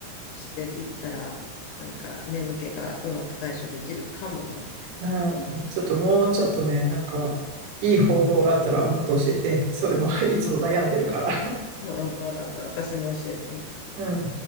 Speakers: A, on the left (about 85°); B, on the right (about 80°).
A: していったら、なんか眠気がうまく対処できるかもね。
B: うん、ちょっともうちょっとね、なんか、いい方法があったらもっと教えて、そういうのはいつも悩んでるから。
A: うんうん、わかった。私も教えて。
B: うん。